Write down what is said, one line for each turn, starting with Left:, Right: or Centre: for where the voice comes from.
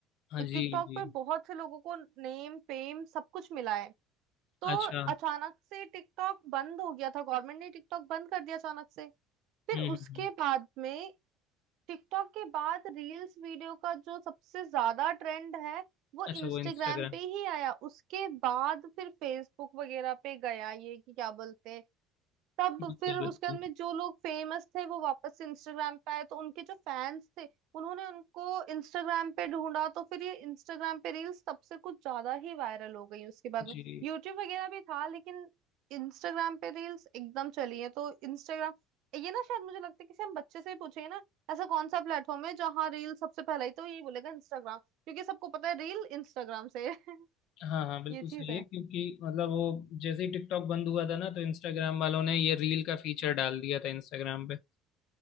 Left: हाँ जी
Right: टिकटॉक
Left: जी
Right: पर बहुत से लोगों को नेम फेम सब कुछ मिला है तो
Left: अच्छा
Right: अचानक से टिकटॉक बंद हो गया था गवर्नमेंट ने टिकटॉक बंद कर दिया अचानक से फिर
Left: हम्म हम्म
Right: उसके
Left: हम्म।
Right: बाद में टिकटॉक के बाद रील्स वीडियो का जो सबसे ज्यादा ट्रेंड है वो
Left: अच्छा
Right: इंस्टाग्राम
Left: वो इंस्टाग्राम
Right: पे ही आया उसके बाद फिर फेसबुक वगैरह पे गया ये कि क्या बोलते हैं तब
Left: बिल्कुल
Right: फिर
Left: बिल्कुल
Right: उसके बाद में जो लोग फेमस थे वो वापस से इंस्टाग्राम पे आए तो उनके जो फैंस थे उन्होंने उनको इंस्टाग्राम पे ढूंढा तो फिर ये इंस्टाग्राम पे रील्स तब से कुछ ज्यादा ही वायरल हो गई उसके बाद
Left: जी
Right: में यूट्यूब वगैरह भी था लेकिन इंस्टाग्राम पे रील्स एकदम चली है तो इंस्टाग्राम ये ना शायद मुझे लगता है किसी हम बच्चे से ही पूछे ना ऐसा कौन सा प्लेटफॉर्म है जहाँ रील सबसे पहले ही तो यही बोलेगा इंस्टाग्राम क्योंकि सबको पता है रील इंस्टाग्राम से है। <laughs>
Left: हाँ हाँ बिल्कुल
Right: ये चीज
Left: सही
Right: है
Left: है क्योंकि मतलब वो जैसे ही टिकटॉक बंद हुआ था ना तो इंस्टाग्राम वालों ने ये रील का फीचर डाल दिया था इंस्टाग्राम पे